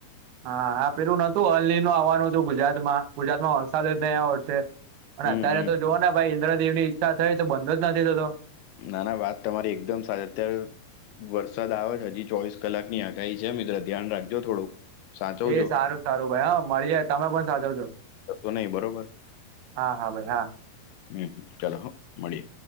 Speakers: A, on the right (about 80°); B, on the left (about 80°).
A: હા, હા પેલું નતું ઓલ નીનો આવવાનું હતું ગુજરાત માં. ગુજરાત માં વરસાદ જ નઈ આયવો વચ્ચે. અને
B: હમ
A: અત્યારે
B: હમ
A: તોજો ને ભાઈ ઇન્દ્રદેવની ઈચ્છા થઈ, તો બંધ જ નથી થતો,
B: નાના વાત તમારી એકદમ સારી અત્યારે, વરસાદ આવે છે, હજી ચોવીસ કલાકની આગાહી છે, મિત્ર, ધ્યાન રાખજો થોડુંક. સાચવજો
A: એ સારું સારું ભાઈ. હા મળીએ. તમે પણ સાચવજો.
B: બહુ નહી બરોબર
A: હા, હા ભાઈ હા.
B: હું હં, ચાલો, હું મળીએ.